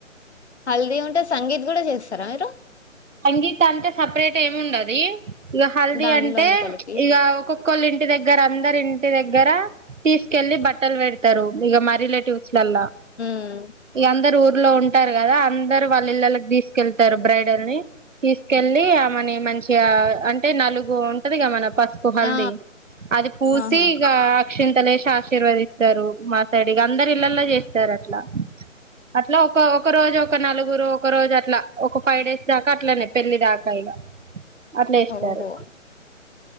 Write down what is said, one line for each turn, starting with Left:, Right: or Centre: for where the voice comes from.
Left: హల్దీ ఉంటే సంగీత్ కూడా చేస్తారా మీరు
Right: సంగీత అంటే సపరేట్ ఏమి ఉండది ఇక హల్దీ
Left: దాంట్లోనే
Right: అంటే
Left: కలిపి
Right: ఇక ఒకొక్కళ్ళ ఇంటి దగ్గర అందరి ఇంటి దగ్గర తీసుకెళ్ళి బట్టలు పెడతారు ఇక మా రిలేటివ్స్ లల్లా
Left: హ్మ్
Right: ఇగ అందరు ఊర్లో ఉంటారు కదా అందరు వాళ్ళ ఇళ్లకి తీసుకెళ్తారు బ్రైడొల్ని తీసుకెళ్ళలి ఆమెని మంచిగా అంటే నలుగు ఉంటదిగా మన పసుపు హల్ది
Left: ఆ
Right: అది పూసి
Left: ఆహా
Right: ఇగ అక్షింతాలేసి ఆశీర్వదిస్తారు మా సైడ్ ఇగ అందరు ఇళ్లలొ చేస్తారు అట్లా అట్లా ఒక ఒక రోజు ఒక నలుగురు ఒక రోజు అట్లా ఒక ఫైవ్ డేస్ దా అట్లనే పెళ్లి దాకా ఇగ అట్లే ఇస్తారు
Left: ఓహో